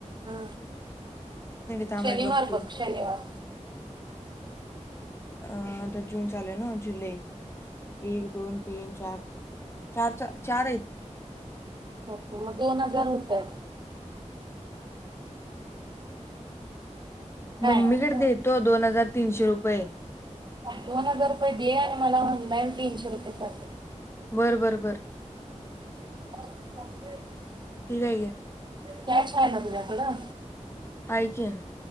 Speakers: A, on the right (about 35°); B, on the left (about 20°).
A: हा
B: थांब
A: शनिवार
B: एक बघतो
A: बघ शनिवार
B: अं आता जून चालूय ना जुलै एक दोन तीन चार चार चार आहेत
A: हो मग दोन हजार होतंय काय
B: मम्मीकडे देतो दोन हजार तीनशे रुपये
A: दोन हजार रुपये दे आणि मला आँनलाईन तीनशे रुपये कर
B: बरं बरं बर
A: आता
B: ठीक आहे गे
A: कॅश आहे ना तुझ्याकडं
B: आहे कि